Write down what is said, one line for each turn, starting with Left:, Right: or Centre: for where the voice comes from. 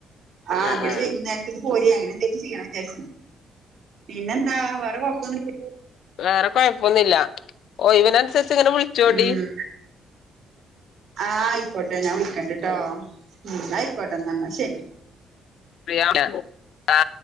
Right: ആ
Left: ആഹ്
Right: അങ്ങനെ
Left: ആഹ്
Right: വൈകുന്നേരത്തേക്ക് പോര് അ എന്തിലും ചെയ്യണം എന്ന് വിചാരിച്ച് പിന്നെന്താ വേറെ കൊഴപ്പോന്നും ഇല്ലല്ലോ
Left: വേറെ കൊഴപ്പൊന്നുമില്ല ഓയ് വിനനുസരിച്ച് ഇങ്ങനെ വിളിച്ചോണ്ടി
Right: ഉം ആ ആയിക്കോട്ടെ ഞാൻ വിളിക്കണ്ട്ട്ടോ ന്നാ ആയിക്കോട്ടെന്ന ശെരി
Left: ഫ്രീ ആവട്ടെ ആ